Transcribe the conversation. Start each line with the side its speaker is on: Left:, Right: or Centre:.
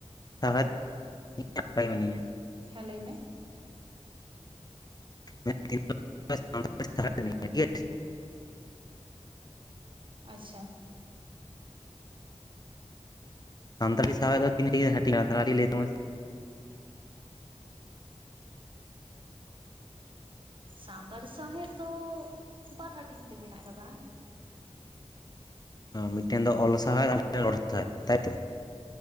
Left: ᱥᱟᱶᱦᱮᱫ᱾ ᱱᱟᱯᱟᱭ ᱜᱮ ᱢᱤᱱᱟᱹᱧᱟ᱾
Right: ᱦᱮᱸ, ᱞᱟᱹᱭ ᱢᱮ?
Left: <unintelligible> <unintelligible> <unintelligible>
Right: ᱟᱪᱪᱷᱟ᱾
Left: ᱥᱟᱱᱛᱟᱞᱤ ᱥᱟᱶᱦᱮᱫ ᱫᱚ ᱛᱤᱱᱟᱹᱜ ᱨᱮ ᱜᱮ ᱦᱟᱹᱴᱤᱧᱼᱟ, ᱛᱟᱦᱞᱮ ᱠᱟᱴᱤᱡ ᱞᱟᱹᱭ ᱛᱟᱵᱚᱱ ᱢᱮᱥᱮ?
Right: ᱥᱟᱱᱛᱟᱞᱤ ᱥᱟᱶᱦᱮᱫ ᱫᱚ, ᱵᱟᱨ ᱦᱟᱹᱴᱤᱧ ᱛᱮ ᱢᱮᱱᱟᱜ ᱠᱟᱫᱟ᱾
Left: ᱢᱤᱫᱴᱮᱱ ᱫᱚ ᱚᱞ ᱥᱟᱣᱦᱮᱫ ᱟᱨ ᱢᱤᱫᱴᱟᱝ ᱫᱚ ᱨᱚᱲ ᱥᱟᱶᱦᱮᱫ, ᱛᱟᱭᱛᱚ?